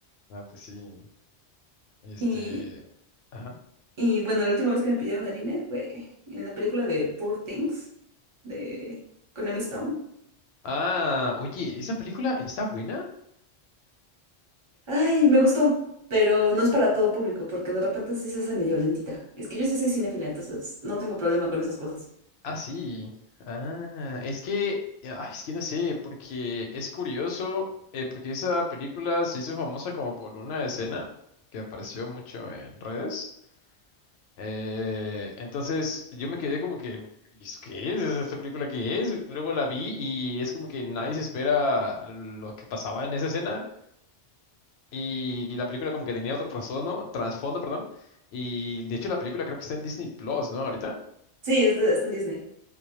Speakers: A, on the left (about 70°); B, on the right (about 30°).
A: No, pues sí. Este.
B: Y,
A: Ajá.
B: y bueno, la última vez que me pidieron el INE fue en la película de Poor Things, de, con Emma Stone.
A: Ah, oye, ¿esa película está buena?
B: Ay, me gustó, pero no es para todo público, porque de repente sí se hace medio lentita. Es que yo sí soy cinéfila, entonces no tengo problema con esas cosas.
A: Ah, sí. Ah, es que, ah, es que no sé, porque es curioso, eh, porque esa película se hizo famosa como por una escena que apareció mucho en redes. Eh, entonces yo me quedé como que, "¿Y ¿eso qué es? ¿Esta película qué es? Y Luego la vi y es como que nadie se espera lo que pasaba en esa escena y, y la película como que tenía otro trasfondo, trasfondo, perdón. Y de hecho la película creo que está en Disney Plus, ¿no? Ahorita.
B: Sí, es de- está en Disney.